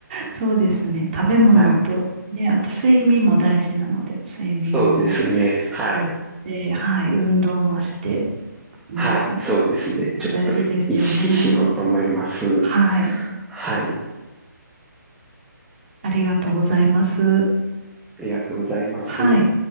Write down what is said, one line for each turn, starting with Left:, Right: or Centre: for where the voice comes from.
Right: そうですね。食べ物と、
Centre: はい。
Right: ね、あと睡眠も大事なので、睡眠も
Centre: そうですね。はい。
Right: とって、はい、運動もして、ね、
Centre: はい。そうですね。
Right: えー大事ですよね。
Centre: ちょっと意識しようと思います。
Right: はい、
Centre: はい。
Right: ありがとうございます。
Centre: ありがとうございます。
Right: はい。